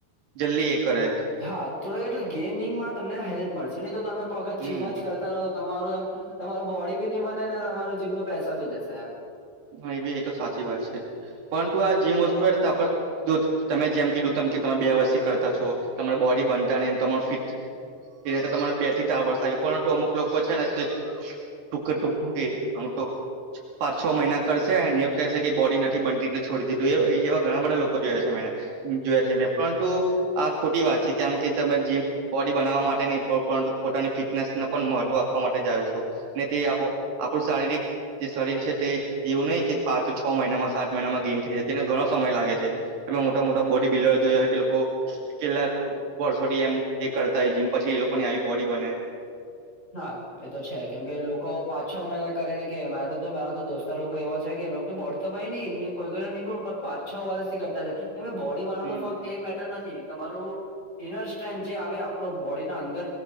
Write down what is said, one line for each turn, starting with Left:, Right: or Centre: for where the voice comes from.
Right: જલ્દી એ કરે
Left: હા તોડ ગેઇગમાં તમને હેલ્પ મળશે નહી, તો તમે પોત
Right: હમ
Left: જીમ જ કરતા રહો તમારું એમ તમારું બોડી ભી નહી બને, ને તમારું જીમ ન પૈસાા ભી જશે એમ.
Right: હા એ ભી એ તો સાચી વાત છે, પરંતુ આ જીમ વસ્તુ આ પલ જો તમે જેમ કીધું ત કે તમે બે વર્ષ કરતા છો, તમારા બોડી બનતા ને તમારું ફિટ એ <unintelligible> તને બે થી ચાર વર્ષ લાગે પરંતુ અમુક લોકો છે ને ટૂક ટૂંક હુ કે અમ ટો પાંચ છ મહિના કરશે અને એવ કહેશે કે બોડી નથી બનતી એટલે છોડી દીધું એ એવા ઘણા બધા લોકો જોયા છે મેને જોયા છે મેં પરંતુ આ ખોટી વાત છે કેમ કે તમે જે બોડી બનાવવા માટે ન પરંતુ પોતાની ફિટનેસને પણ મહત્વ આપવા માટે જાવ છું. ને તે આપણું શારીરિક જે શરીર છે તે એવું નહી કે પાંચ તો છ મહિનામાં સાત મહિનામાં ગેન થઈ જાય છે તેને ઘણો સમય લાગે છે. એમાં મોટા મોટા બોડી બિલ્ડર જોયો એ લોકો કેટલાક વર્ષોથી એમ એ કરતાય જીમ પછી એ લોકોની આવી બોડી બને
Left: હા એ તો છે કેમ કે લોકો પાંચ છ મહિના કરીને કે મારો ત મારા તો દોસ્તતાર લોકો એવા છે કે એ લોકો ની બોડી તો ભાઈ ન એ કોઈ ન પણ પાંચ છ વર્ષથી કરતા છે એમ બોડી વાળા
Right: હમ
Left: નો ફક્ત એ મેટર નથી તમારું ઇનર સ્ટ્રેન્થ જે આવે આપણ બોડીના અંદર